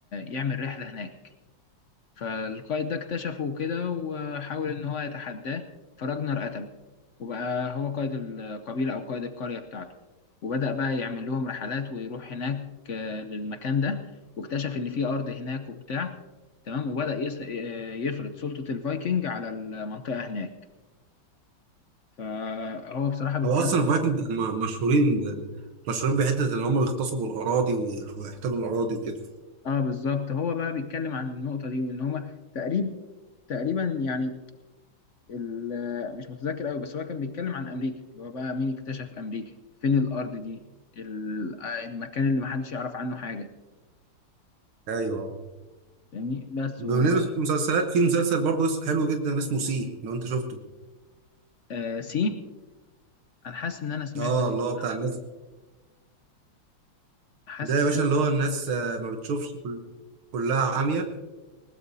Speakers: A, on the left (about 60°); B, on the right (about 85°).
A: يعمل رحلة هناك فالقائد ده اكتشفه كده وحاول إن هو يتحداه فراجنر قتله وبقى هو قائد القبيلة أو قائد القرية بتاعته وبدأ بقى يعمل لهم رحلات ويروح هناك آه، للمكان ده واكتشف إن في أرض هناك وبتاع تمام وبدأ يس... آه، يفرض سلطة الفايكنج على المنطقة هناك فهو بصراحة بيتكلم
B: هو اصلا الفايكنج كانوا م- مشهورين ب... مشهورين بحته ان هم بيغتصبوا الاراضي وي- ويحتلوا الاراضي وكده
A: آه، اه بالظبط هو بقى بيتكلم عن النقطة دي وان هما تقريبا تقريبا يعني ال- مش متذكر قوي بس هو كان بيتكلم عن امريكا اللي هو بقى مين اكتشف امريكا فين الارض دي ال- آه، المكان اللي محدش يعرف عنه حاجة
B: ايوه
A: فاهمني بس
B: بالنسبه
A: و
B: للمسلسلات في مسلسل برضه اسمه- حلو جدا اسمه سي لو انت شفته
A: آه سي انا حاسس ان انا سمعت
B: اه
A: الاسم
B: اللي هو بتاع
A: او
B: الناس
A: حاسس
B: ده يا باشا
A: إن-
B: اللي هو الناس آه، ما بتشوفش كل- كلها عاميه